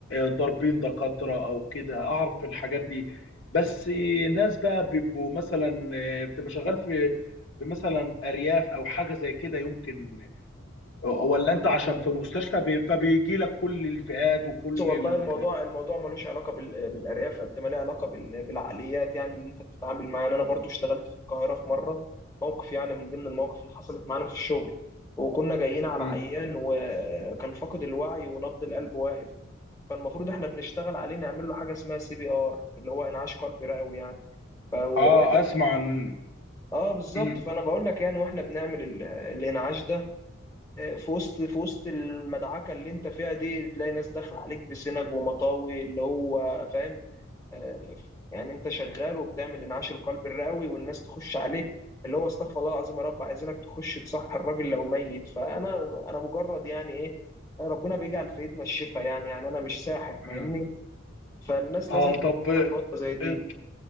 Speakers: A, on the left; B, on the left.
A: ضاربين دكاترة او كده اعرف الحاجات دي بس ناس بقى بيبقوا مثلا آه، بتبقى شغال في في مثلا ارياف او حاجه زي كده يمكن ولا انت عشان في مستشفى بي... فبيجي لك كل الفئات وكل
B: بص والله
A: ال...
B: الموضوع الموضوع ملوش علاقه بال- بالارياف قد ما له علاقه بال- بالعقليات يعني اللي انت بتتعامل معاه يعني انا برضو اشتغلت في القاهره في مره موقف يعني من ضمن المواقف اللي حصلت معانا في الشغل وكنا جايين على
A: مم.
B: عيان وكان فاقد الوعي ونبض القلب واقف فالمفروض احنا بنشتغل عليه نعمل له حاجه اسمها سي بي ار اللي هو انعاش قلبي رئوي يعني ف- واحنا
A: اه اسمع عن
B: اه بالظبط
A: مم.
B: فانا بقول لك يعني واحنا بنعمل ال- الانعاش ده في وسط في وسط المدعكه اللي انت فيها دي تلاقي ناس داخله عليك بسنج ومطاوي اللي هو فاهم آه، يعني انت شغال وبتعمل انعاش القلب الرئوي والناس تخش عليك اللي هو استغفر الله العظيم يا رب عايزينك تخش تصح الراجل لو ميت فانا انا مجرد يعني ايه ربنا بيجعل في ايدنا الشفاء يعني يعني انا مش ساحر
A: مم.
B: فاهمني فالناس
A: اه
B: لازم
A: طب
B: تفهم نقطه زي دي
A: آه،